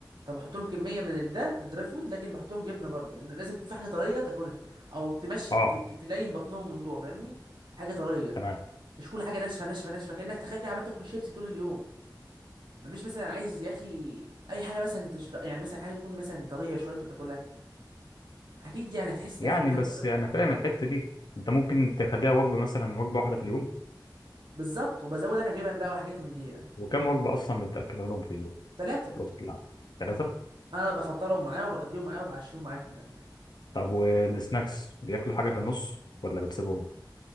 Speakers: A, on the right; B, on the left.
A: فبحط لهم كميه من ال- ده من الدراي فود لكن بحط لهم جبنه برضه لان لازم يكون في حاجه طريه تاكلها او تمشي
B: اه
A: ت- ت- تلين بطنهم من جوه فاهمني حاجه طريه
B: تمام
A: مش كل حاجه ناشفه ناشفه ناشفه كانك تخيل كده عمال تاكل شيبسي طول اليوم مفيش مثلا عايز يا اخي اي حاجه مثلا تشتر... يعني مثلا حاجه تكون مثلا طريه شويه انت بتاكلها اكيد يعني هتحس إنت
B: يعني
A: عايز تاكل حاجه
B: بس
A: طريه
B: انا فاهم الحته دي انت ممكن تخليها وجبه مثلا وجبه واحده في اليوم
A: بالظبط وبزود انا جبن بقى وحاجات من دي يعني
B: وكم وجبه اصلا بتاكلها لهم في اليوم
A: ثلاثه
B: في الوقت العام ثلاثه
A: انا بفطرهم معايا وبغديهم معايا وبعشيهم معايا كمان
B: طب والسناكس بياكلوا حاجه في النص ولا بتسيبهم